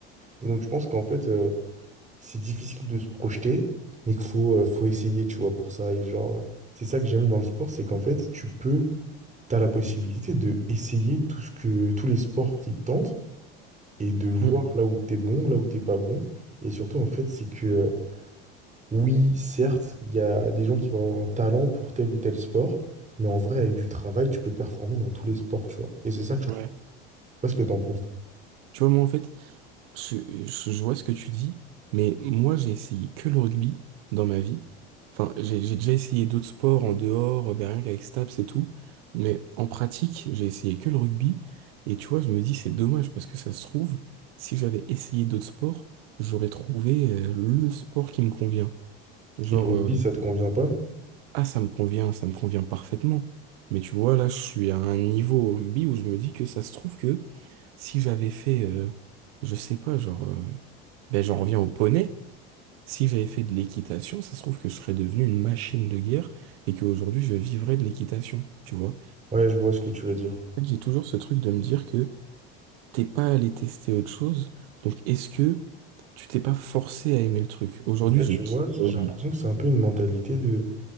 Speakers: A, on the right; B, on the right.
A: Et donc je pense qu'en fait, euh, c'est difficile de se projeter, mais qu'il faut, euh, faut essayer, tu vois, pour ça. Et genre, euh, c'est ça que j'aime dans le sport, c'est qu'en fait, tu peux, t'as la possibilité de essayer tout ce que, tous les sports qui te tentent et de voir
B: Mm.
A: là où t'es bon, là où t'es pas bon. Et surtout, en fait, c'est que euh, Oui, certes, il y a des gens qui vont avoir un talent pour tel ou tel sport, mais en vrai, avec du travail, tu peux performer dans tous les sports, tu vois. Et c'est ça que je trouve.
B: Ouais.
A: Je sais pas ce que t'en penses.
B: Tu vois moi en fait. Je, je- je vois ce que tu dis, mais moi j'ai essayé que le rugby dans ma vie. Enfin, j'ai j'ai déjà essayé d'autres sports en dehors, ben rien qu'avec Staps et tout, mais en pratique, j'ai essayé que le rugby. Et tu vois, je me dis c'est dommage parce que ça se trouve, si j'avais essayé d'autres sports, j'aurais trouvé euh, le sport qui me convient. Genre,
A: Et le rugby,
B: euh,
A: ça te convient pas?
B: ah ça me convient, ça me convient parfaitement. Mais tu vois, là, je suis à un niveau au rugby où je me dis que ça se trouve que si j'avais fait, euh, je sais pas, genre. euh, ben, j'en reviens au poney. Si j'avais fait de l'équitation, ça se trouve que je serais devenu une machine de guerre et qu'aujourd'hui je vivrais de l'équitation, tu vois.
A: Ouais, je vois ce que tu veux dire.
B: En fait, J'ai toujours ce truc de me dire que t'es pas allé tester autre chose, donc est-ce que tu t'es pas forcé à aimer le truc? Aujourd'hui,
A: Et ça, tu
B: je kiffe
A: vois, j'ai
B: le rugby,
A: l'impression que c'est un peu une mentalité de